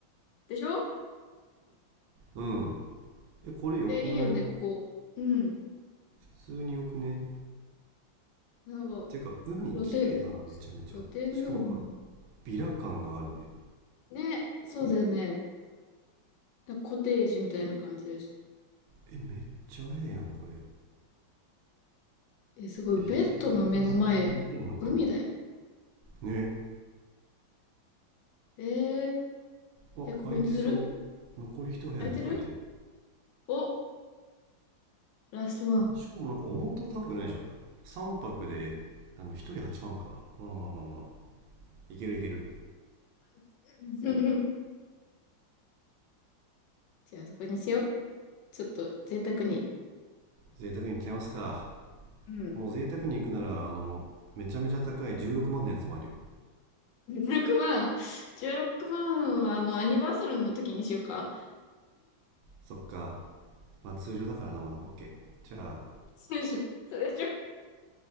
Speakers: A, on the left; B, on the right.
A: でしょ
B: うん。え、これ良くない
A: え、いいよね、ここ。うん。
B: 普通に良くね
A: なんか、
B: てか、海綺麗だな、
A: 露天、
B: めちゃめちゃ。
A: 露天風呂もある。
B: しかもなんか、ビラ感があるね。
A: ね、そうだよね。コテージみたいな感じだし。
B: え、めっちゃええやん、これ。
A: え、すごい。
B: え、日付的に空いてんのか
A: ベッドの目の前、海だよ。
B: なね。
A: えー、
B: あ、
A: え、ここにする
B: 空いてそう。残り一部屋って書いてる。
A: 空いてるお、ラストワン。
B: あしかもなんか思った高くないじゃん。3泊で、あの、1人8万か。まあまあまあまあ。いけるいける。
A: <laughs> じゃあ、そこにしよう。ちょっと、贅沢に。
B: 贅沢に行っちゃいますか。
A: うん。
B: もう贅沢に行くなら、あの、めちゃめちゃ高い16万のやつもあるよ。
A: <laughs> 16万、16万は、あの、アニバーサルの時にしようか。
B: そっか。まあ通常だからなまだ OK じゃあ
A: <laughs> 通常、通常。